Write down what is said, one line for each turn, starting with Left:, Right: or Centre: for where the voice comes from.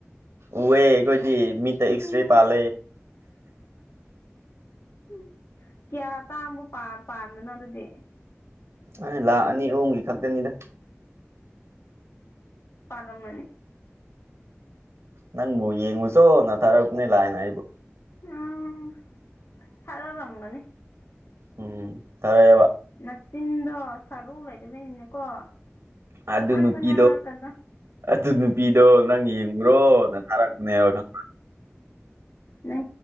Right: ꯎꯋꯦ ꯑꯩꯈꯣꯏꯗꯤ ꯃꯤꯠ ꯏꯁꯇ꯭ꯔꯦ
Left: ꯎꯝ
Right: ꯄꯂꯦ
Left: ꯎ ꯀꯌꯥ ꯇꯥꯡꯕ ꯄꯥꯟꯕꯅꯣ ꯑꯗꯨꯗꯤ
Right: ꯑꯩ ꯂꯥꯛ ꯑꯅꯤ ꯑꯍꯨꯝꯒꯤ ꯈꯛꯇꯅꯤꯗ
Left: ꯄꯜꯪ ꯃꯅꯤ
Right: ꯅꯪꯕꯨ ꯌꯦꯡꯉꯨꯆꯣ ꯅꯊꯥꯔꯛꯄꯅꯦ ꯂꯥꯛꯑꯅ ꯑꯩꯕꯨ
Left: ꯎꯝ ꯐꯔ ꯔꯪꯒꯅꯤ
Right: ꯎꯝ ꯐꯔꯦꯕ
Left: ꯀꯥꯆꯤꯟꯗꯣ ꯁꯔꯨ ꯂꯩꯗꯕꯅꯤꯅꯀꯣ
Right: ꯑꯗꯨ
Left: ꯃꯉꯥꯡꯗ
Right: ꯅꯨꯄꯤꯗꯣ
Left: ꯉꯥꯡꯂꯛꯀꯗ
Right: ꯑꯗꯨ ꯅꯨꯄꯤꯗꯣ ꯅꯪ ꯌꯦꯡꯉꯨꯔꯣꯅ ꯊꯥꯔꯛꯄꯅꯦꯕ ꯈ
Left: ꯅꯪ